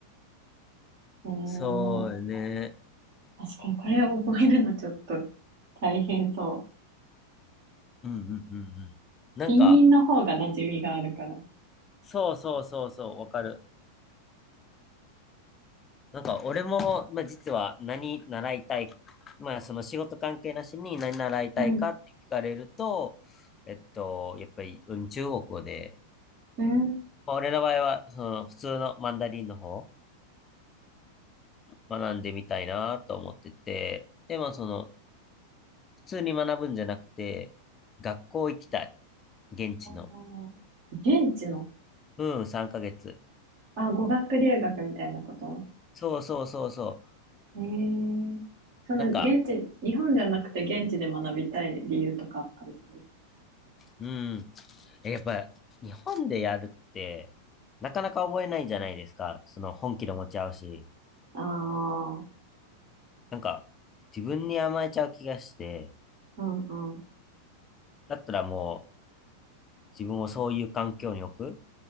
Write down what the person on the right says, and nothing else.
えー、
確かにこれを覚えるのちょっと大変そう。
ピンインの方が馴染みがあるから。
うん、
うん。
あー現地の、
あ、語学留学みたいなこと
えー、その現地、
日本じゃなくて現地で学びたい理由とかあったりする
ああー、
うんうん。